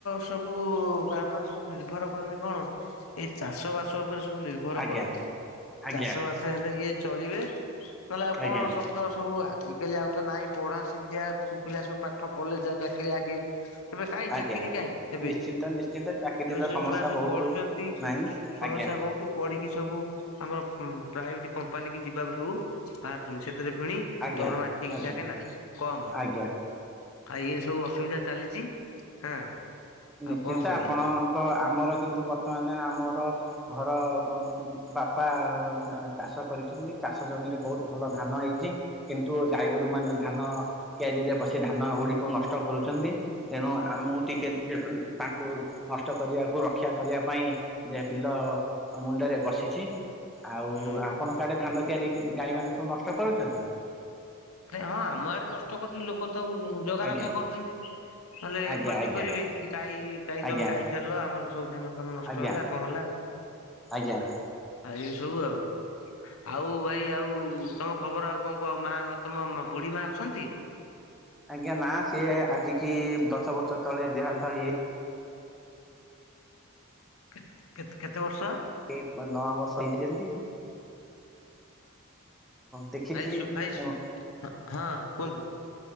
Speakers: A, on the left; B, in the centre.
A: ସବୁ ଗ୍ରାମରେ ସବୁ ନିର୍ଭର କରନ୍ତି କଣ, ଏଇ ଚାଷ ବାସ ଉପରେ ସବୁ ନିର୍ଭର
B: ଆଜ୍ଞା
A: କରନ୍ତି।
B: ଆଜ୍ଞା
A: ଚାଷ ବାସ ହେଲେ ଇଏ ଚଳିବେ ନହଲେ ଆଉ
B: ଆଜ୍ଞା
A: କଣ ସବୁ ତ ସବୁ ଆଜିକାଲି ଆଉ ତ ନାହିଁ ପଢା ସେମତିଆ, ପୁଅପିଲା ସବୁ ପାଠ ପଢ଼ିଲେ ଯା ଚାକିରୀ ଆଗେ। ଏବେ କାହିଁ
B: ଆଜ୍ଞା
A: ଚାକିରୀ କାହିଁ ଏବେ,
B: ନିଶ୍ଚିନ୍ତ ନିଶ୍ଚିନ୍ତ ଚାକିରିର
A: ଏବେ ସବୁ
B: ସମସ୍ୟା
A: ଛୁଆ ସବୁ
B: ବହୁତ
A: ପଢୁଛନ୍ତି,
B: ନାହିଁ
A: ସମସ୍ୟା
B: ଆଜ୍ଞା
A: ବହୁତୁ ପଢିକି ସବୁ, ଆମର ଉଁ ପ୍ରାଇଭେଟ କମ୍ପାନୀ କି ଯିବାକୁ ସବୁ ବାହାରୁଛନ୍ତି, ସେଥିରେ ପୁଣି
B: ଆଜ୍ଞା
A: ଦରମା ଠିକଠାକେ
B: ଆଜ୍ଞା ଆଜ୍ଞା
A: ନାଇଁ, କମ।
B: ଆଜ୍ଞା।
A: ଆ ଏନ୍ତି ସବୁ ଅସୁବିଧା ଚାଲିଚି, ହଁ
B: ନିଶ୍ଚିନ୍ତ,
A: ଆଉ କଣ କରିବା
B: ଆପଣଙ୍କ ଆମର କିନ୍ତୁ ବର୍ତ୍ତମାନ ଆମର ଘର ଉମ୍ ଉଁ ବାପା ଚାଷ କରିଛନ୍ତି, ଚାଷ ଜମିରେ ବହୁତ ଭଲ ଧାନ ହେଇଛି କିନ୍ତୁ
A: ହୁଁ
B: ଗାଈଗୋରୁମାନେ ଧାନ କିଆରୀରେ ପଶି ଧାନଗୁଡିକୁ ନଷ୍ଟ କରୁଚନ୍ତି, ତେଣୁ ଆମକୁ ଟିକେ କି ଅନ୍ ତାଙ୍କୁ ନଷ୍ଟ କରିବାକୁ ରକ୍ଷା କରିବା ପାଇଁ, ଯେ ବିଲ ଆଉ ମୁଣ୍ଡରେ ବସିଛି। ଆଉ
A: ହୁଁ।
B: ଆପଣଙ୍କ ଆଡେ ଧାନ କିଆରୀକି ଗାଈମାନେ ସବୁ ନଷ୍ଟ କରୁଛନ୍ତି?
A: ନାଇ ହଁ, ଆମ ଆଡେ ନଷ୍ଟ କରୁଛନ୍ତି ଲୋକ ତାକୁ ଜଗା
B: ଆଜ୍ଞା
A: ରଖା କରୁଛନ୍ତି। ନହେଲେ
B: ଆଜ୍ଞା
A: ପାଟି
B: ଆଜ୍ଞା
A: କରିବେ, କି ଗାଈ କାହିଁ
B: ଆଜ୍ଞା
A: ତମେ ଗାଈ ଛାଡ଼ିଲ, ଆମର ସବୁ ଧାନ ଫାନ ନଷ୍ଟ
B: ଆଜ୍ଞା
A: ହେଲା କଣ ହେଲା
B: ଆଜ୍ଞା।
A: ଏମତି ସବୁ ଆଉ। ଆଉ ଭାଇ ଆଉ ତମ ଖବର ଆଉ କଣ କୁହ ମାଆ ତମ ମା ବୁଢୀ ମା ଅଛନ୍ତି?
B: ଆଜ୍ଞା ନା, ସିଏ ଆଜିିକି ଦଶ ବର୍ଷ ତଳେ ଦେହାନ୍ତ ହେଇ ଯାଇ
A: କେ-କେତ କେତେ ବର୍ଷ?
B: ଏଇ ନଅବର୍ଷ ହେଇଛି ଯେମତି ଦେଖିଛି
A: ଭାଇ ସୁ ଭାଇ
B: ହଁ
A: ହଁ ହଁ କୁହନ୍ତୁ,